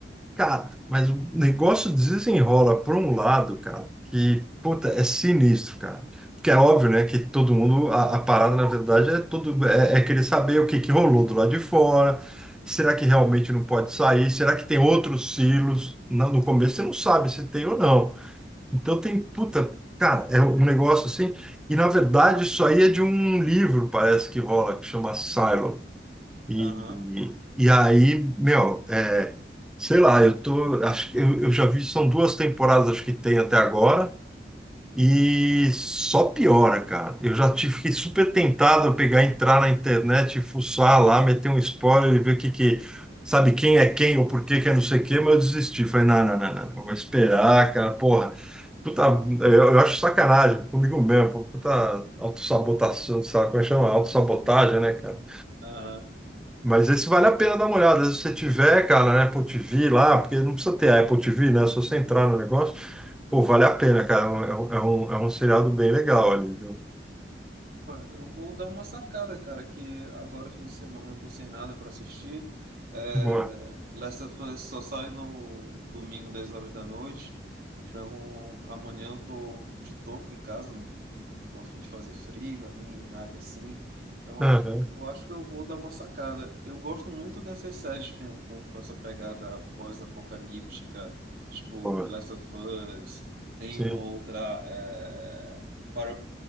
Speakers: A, in the centre; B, on the right.
A: Cara, mas o negócio desenrola por um lado, cara, que, puta, é sinistro, cara. Porque é óbvio, né, que todo mundo, a, a parada, na verdade, é todo, é, é querer saber o que que rolou do lado de fora, será que realmente não pode sair, será que tem outros silos? Não, no começo
B: Uhum.
A: você não sabe se tem ou não. Então tem, puta, cara, é um negócio assim, e na verdade isso aí é de um livro, parece que rola, que chama Silo e,
B: Aham.
A: e aí, meu, é, sei lá, eu tô, acho que eu, eu já vi, são duas temporadas, acho que tem até agora, e só piora, cara. Eu já tive, fiquei super tentado a pegar, entrar na internet, fuçar lá, meter um spoiler e ver o que que, sabe quem é quem ou por que que é não sei o quê, mas eu desisti. Falei, não, não, não, não, eu vou esperar, cara, porra. Puta, eu, eu acho sacanagem comigo mesmo, puta autossabotação, sabe como é que chama? Autossabotagem,
B: <laughs>
A: né, cara?
B: Aham.
A: Mas esse vale a pena dar uma olhada. Se você tiver, cara, na Apple TV lá, porque não precisa ter a Apple TV, né? É Só você entrar no negócio, pô, vale a pena, cara. É um, é um, é um é um seriado bem legal ali, viu?
B: Ah, Eu vou dar uma sacada, cara, que agora, fim de semana, eu tô sem nada pra assistir. É,
A: Boa.
B: Last of Us só sai no domingo, 10 horas da noite. Então, amanhã eu tô de toque em casa, não, não tô a fim de fazer freela, nem nada assim. Então,
A: Aham,
B: eu acho que eu vou dar uma sacada. Eu gosto muito dessas séries com, com, com essa pegada pós-apocalíptica, tipo
A: boa.
B: Last of Us, tem
A: Sim.
B: uma outra, é, Para-